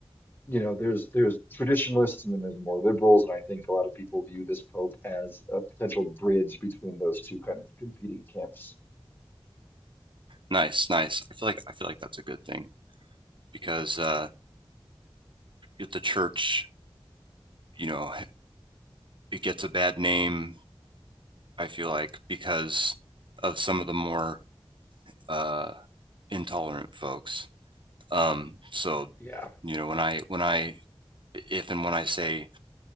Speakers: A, on the left (about 20°); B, on the right (about 55°).
A: you know, there's there's traditionalists and then there's more liberals, and I think a lot of people view this pope as a potential bridge between those two kind of competing camps.
B: Nice, nice. I feel like I feel like that's a good thing because uh, if the church, you know, it gets a bad name. I feel like because of some of the more uh, intolerant folks. Um, so,
A: Yeah,
B: you know, when I when I if and when I say